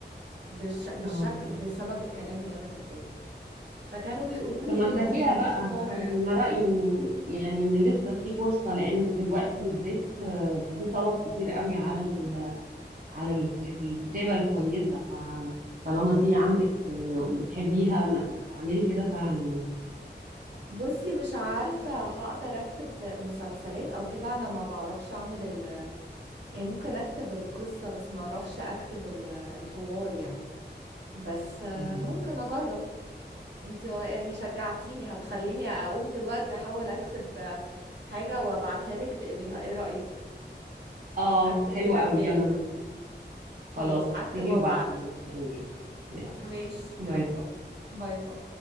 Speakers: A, on the right; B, on the right.
A: بالش... بالشكل
B: اه
A: بسبب الكلام اللي انا كاتباه فكانوا بيقولوا
B: طب
A: لي
B: ما
A: دايما
B: احنا فيها
A: ان
B: بقى
A: دي شطارة
B: انا
A: يعني
B: رأيي يعني ان لسه في فرصة لان دلوقتي بالذات آه، في طلب كتير قوي على على ال- الكتابة الكويسة فطالما دي عندك آه، وبتحبيها ما ما تعملي كده فعلا يعني
A: بصي مش عارفة هقدر اكتب مسلسلات او كده انا ما بعرفش اعمل ال... يعني ممكن اكتب القصة بس ما اعرفش اكتب ال- الحوار يعني بس آه،
B: مم.
A: ممكن اجرب انت يعني شجعتيني هتخليني اقوم دلوقتي احاول اكتب حاجة وابعتها لك تقريها ايه رأيك
B: اه
A: اكتب
B: حلوة
A: كده بداية
B: قوي يلا نعمل كده
A: خلاص
B: خلاص
A: هكتب
B: اكتبي
A: وابعتلك
B: وبعتيلي مستنياكي يلا
A: ماشي
B: باي
A: يلا
B: باي
A: باي باي